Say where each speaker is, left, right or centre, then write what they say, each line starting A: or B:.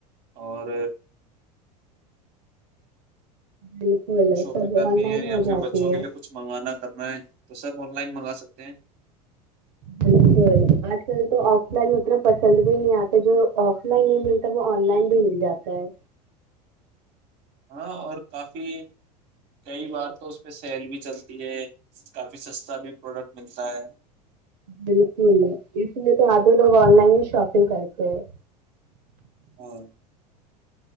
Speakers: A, on the right; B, on the right.
A: اور
B: بالکل
A: شاپنگ
B: سب
A: کرنی
B: آن لائن
A: ہے
B: ہی
A: یا
B: ہو
A: پھر
B: جاتی
A: بچوں کے
B: ہے
A: لیے کچھ منگوانا کرنا ہے تو سب آن لائن منگا سکتے ہیں
B: بالکل آج کل تو آف لائن اتنا پسند بھی نہیں آتا جو آف لائن نہیں ملتا وہ آن لائن بھی مل جاتا ہے
A: ہاں اور کافی کئی بار تو اس پہ سیل بھی چلتی ہے کافی سستا بھی پروڈکٹ ملتا ہے
B: بالکل اس لیے تو آدھے لوگ آن لائن ہی شاپنگ کرتے ہیں
A: ہاں